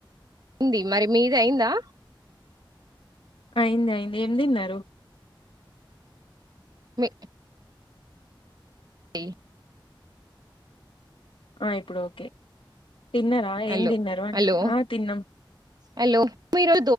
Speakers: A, on the right; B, on the left.
A: అయింది మరి మీది అయిందా
B: అయింది అయింది ఏం తిన్నారు
A: మే ఏ
B: ఆ ఇప్పుడు ఓకే తిన్నారా
A: హలోహలో
B: ఏం తిన్నారు అంటున్నా ఆ తిన్నాం
A: హలో మీరు